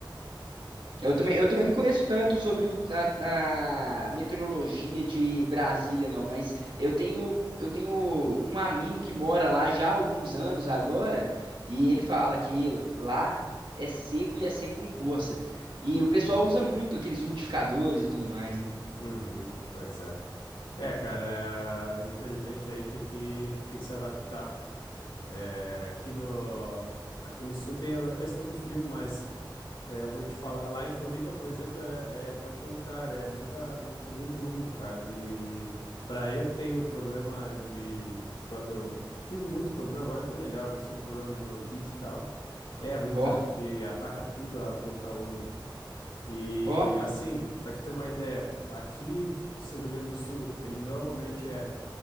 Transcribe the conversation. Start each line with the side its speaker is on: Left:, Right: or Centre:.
Right: Eu também,
Left: né,
Right: eu
Left: Aqui.
Right: também não conheço tanto sobre o- a, a meteorologia de Brasília, não, mas eu tenho, eu tenho um amigo que mora lá já há alguns anos agora, e ele fala que lá é seco e é seco com força. E o pessoal
Left: Pois é.
Right: usa muito aqueles umidificadores e tudo mais, né?
Left: Uhum, pois é. É, cara, infelizmente aí tem que tem que se adaptar. É, aqui no, aqui no sul tem a questão do frio, mas é, eu vou te falar, lá em Floripa, por exemplo, é, é, é o contrário, é muita, muito, muito úmido, cara. E para eu que tenho problema de quando tive muito problema, agora eu tô melhor, mas tive problema de bronquite e tal. É ruim,
Right: Ó,
Left: cara, porque ataca tudo ah, quando tá úmido. E
Right: ó,
Left: assim, para te ter uma ideia, aqui em F- Rio Grande do Sul, ele normalmente é